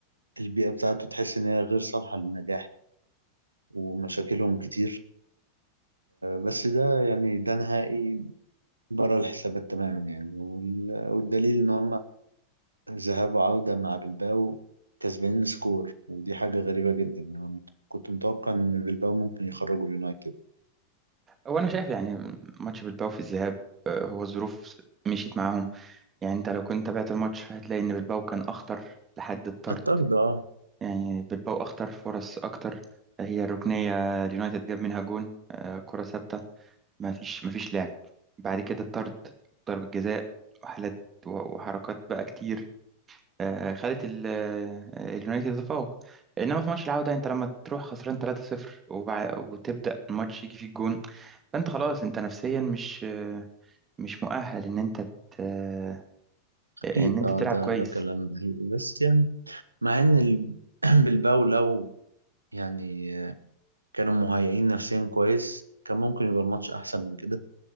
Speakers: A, on the right (about 75°); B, on the right (about 25°).
A: البيئة بتاعته تحس إن هي غير صالحة للنجاح ومشاكلهم كتير بس ده يعني ده نهائي بره الحسابات تماما يعني وال- والدليل إن هم ذهاب وعودة مع بلباو كسبانين سكور ودي حاجة غريبة جدا أنا كنت متوقع إن بلباو ممكن يخرجوا اليونايتد
B: هو انا شايف يعني ماتش بالباو في الذهاب آه، هو الظروف مشيت معاهم يعني انت لو كنت تابعت الماتش فهتلاقي ان بالباو كان اخطر لحد الطرد
A: الطرد اه
B: يعني بالباو اخطر فرص اكتر هي الركنيه اليونايتد جاب منها جون آه، كره ثابته ما فيش ما فيش لعب بعد كده الطرد ضرب الجزاء وحالات وحركات بقى كتير آه، خلت ال- آه، اليونايتد يتفوق انما في ماتش العودة انت لما تروح خسران 3-0 وبع- وتبدأ الماتش يجي فيك جون فانت خلاص انت نفسيا مش آه، مش مؤهل ان انت ت- آه،
A: أكيد
B: ان انت
A: اه
B: تلعب
A: ده
B: كويس
A: ده كلام حقيقي بس يعني مع إن ال- <clears throat> بلباو لو يعني كانوا مهيئين نفسيا كويس كان ممكن يبقى الماتش احسن من كده